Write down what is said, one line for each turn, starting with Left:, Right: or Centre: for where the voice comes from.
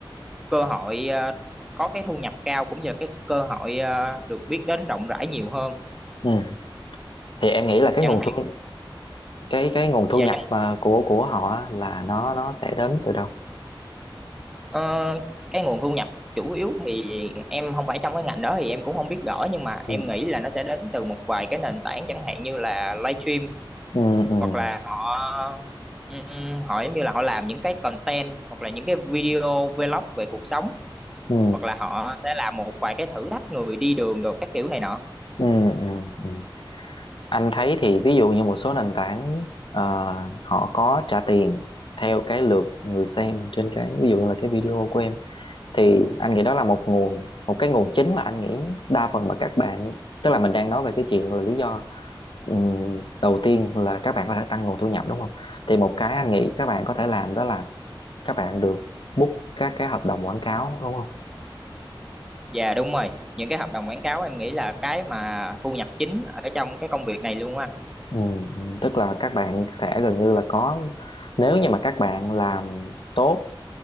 Centre: cơ hội ờ, có cái thu nhập cao cũng như là cái cơ hội ờ, được biết đến rộng rãi nhiều hơn
Left: Ừ. Thì em nghĩ là cái
Centre: chẳng
Left: nguồn
Centre: hạn
Left: thu cái cái nguồn thu
Centre: và
Left: nhập mà của của họ á, là nó nó sẽ đến từ đâu?
Centre: Ờ, cái nguồn thu nhập chủ yếu thì em không phải trong cái ngành đó thì em cũng không biết rõ nhưng mà em
Left: Ừ.
Centre: nghĩ là nó sẽ đến từ một vài cái nền tảng chẳng hạn như là livestream
Left: Ừ. Ừ.
Centre: hoặc là họ ừm, họ giống như là họ làm những cái content hoặc là những cái video vlog về cuộc sống
Left: Ừ.
Centre: hoặc là họ sẽ làm một vài cái thử thách người đi đường đồ các kiểu này nọ.
Left: Ừ. Ừ. ừ. anh thấy thì ví dụ như một số nền tảng ờ, họ có trả tiền theo cái lượt người xem trên cái ví dụ như là cái video của em thì anh nghĩ đó là một nguồn một cái nguồn chính mà anh nghĩ đa phần mà các bạn tức là mình đang nói về cái chuyện là lý do ừm, đầu tiên là các bạn có thể tăng nguồn thu nhập đúng không thì một cái anh nghĩ các bạn có thể làm đó là các bạn được book các cái hợp đồng quảng cáo đúng không
Centre: Dạ đúng rồi, những cái hợp đồng quảng cáo em nghĩ là cái mà thu nhập chính ở trong cái công việc này luôn á anh.
Left: Ừm, tức là các bạn sẽ gần như là có nếu như mà các bạn làm tốt